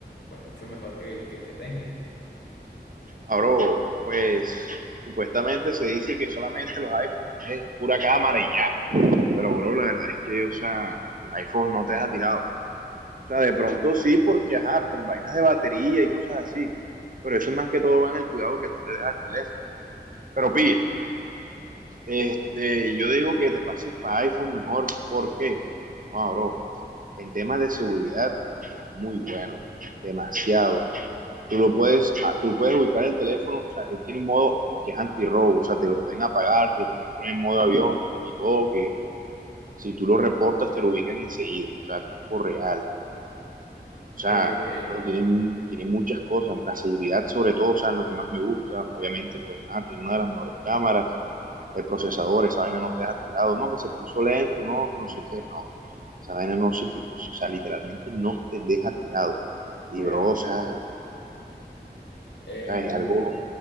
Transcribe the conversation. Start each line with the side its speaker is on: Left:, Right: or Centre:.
Left: pues mucho mejor que el que, el que tengo.
Right: Ah, bro, pues supuestamente se dice que solamente los iPhones es pura cámara y ya. Pero, bro, la verdad es que, o sea, un iPhone no te deja tirado. O sea, de pronto sí, porque, ajá, por vainas de batería y cosas así. Pero eso es más que todo va en el cuidado que tú le dejas al teléfono. Pero pilla. este, yo digo que te pases para iPhone mejor. ¿Por qué? Porque, joder, bro, en temas de seguridad es muy bueno, demasiado. Tú lo puedes, ah, tú puedes ubicar el teléfono, o sea, él tiene un modo que es antirrobo, o sea, te lo pueden apagar, te lo pueden poner en modo avión y todo, que si tú lo reportas te lo ubican enseguida, o sea, a tiempo real. O sea,
Left: Ok, ok,
Right: bro, tiene, tiene muchas cosas, la seguridad sobre todo, o sea, lo que más me gusta, obviamente, pues, ah, tiene una de las mejores cámaras, el procesador, esa vaina no te deja tirado, no, que se puso lento, no, que no sé qué, no, esa vaina no se, te- o sea, literalmente no te deja tirado. Y,
Left: bueno.
Right: bro, o sea,
Left: em,
Right: o sea, es algo,